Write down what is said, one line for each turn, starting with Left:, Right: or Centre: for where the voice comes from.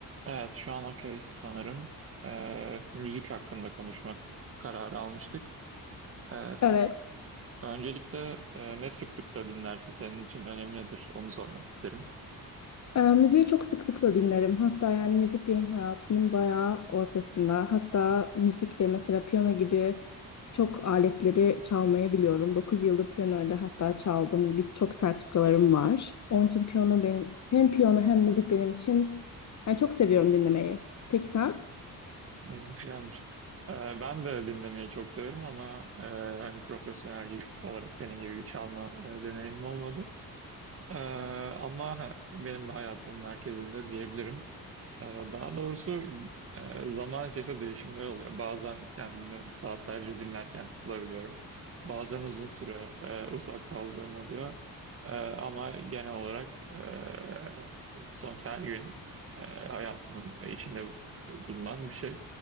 Right: Evet, şu an okey sanırım. Ee, müzik hakkında konuşmak kararı almıştık. Ee,
Left: Evet.
Right: öncelikle e, ne sıklıkla dinlersin? Senin için önemi nedir? Onu sormak isterim.
Left: e, müziği çok sıklıkla dinlerim. Hatta yani müzik benim hayatımın bayağı ortasında. Hatta müzikle mesela piyano gibi çok aletleri çalmayı biliyorum. 9 yıldır piyanoyla hatta çaldım. Birçok sertifikalarım var. Onun için piyano benim hem piyano hem müzik benim için yani çok seviyorum dinlemeyi. Peki sen?
Right: Hmm, Yani, e, ben de dinlemeyi çok severim ama e, hani profesyonel gibi- olarak senin gibi bir çalma e, deneyimim olmadı. E, ama ha- benim de hayatımın merkezinde diyebilirim. Ee, Daha doğrusu e, zaman içerisinde değişimler oluyor. Bazen kendimi saatlerce dinlerken bulabiliyorum. Bazen uzun süre e, uzak kaldığım oluyor. E, ama genel olarak e, sonuç her gün e, hayatımın içinde bulunan bir şey.